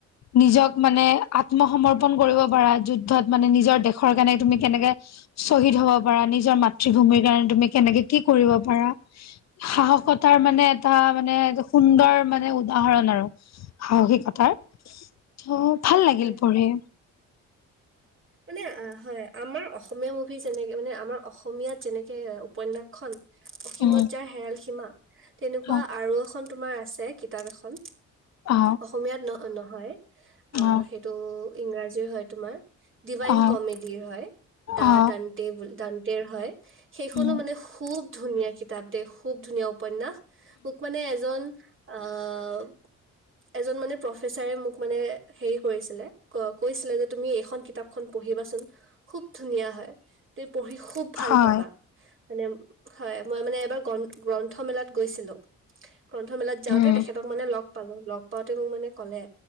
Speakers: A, on the left; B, on the right.
A: নিজক মানে আত্মসমৰ্পন কৰিব পাৰা যুদ্ধত মানে নিজৰ দেশৰ কাৰণে তুমি কেনেকে শ্বহীদ হ'ব পাৰা নিজৰ মাতৃভূমিৰ কাৰণে তুমি কেনেকে কি কৰিব পাৰা সাহসতাৰ মানে টা, মানে সুন্দৰ মানে উদাহৰণ আৰু সাহসিকতাৰ। ত' ভাল লাগিল
B: হয়।
A: পঢ়ি।
B: মানে হয় আমাৰ অসমীয়া মুভি যেনেকে মানে আমাৰ অসমীয়াত যেনেকে উপন্যাসখন অসীমত
A: উম
B: যাৰ হেৰাল সীমা তেনেকুৱা
A: হয়।
B: আৰু এখন তোমাৰ আছে কিতাপ এখন
A: অ
B: অসমীয়াত ন নহয় আহ
A: অ
B: সেইটো ইংৰাজীৰ হয় তোমাৰ ডিভাইন
A: অ
B: কমেডিৰ হয়, দা-ডানটে-ডানটেৰ
A: অ
B: হয়। সেইখনো
A: উম
B: মানে খুব ধুনীয়া কিতাপ দে খুব ধুনীয়া উপ উপন্যাস মোক মানে এজন আহ এজন মানে প্ৰফেচাৰে মোক মানে হেৰি কৰিছিলে কৈছিলে যে তুমি এইখন কিতাপ খন পঢ়িবাচোন, খুব ধুনীয়া হয়। তুমি পঢ়ি খুব ভাল
A: হয়
B: পাবা। মানে, হয় মই মানে এবাৰ গ গ্ৰন্থমেলাত গৈছিলোঁ। গ্ৰন্থমেলাত যাওঁতে
A: উম
B: তেখেতক মানে লগ পালো লগ পাওঁতে মোক মানে ক'লে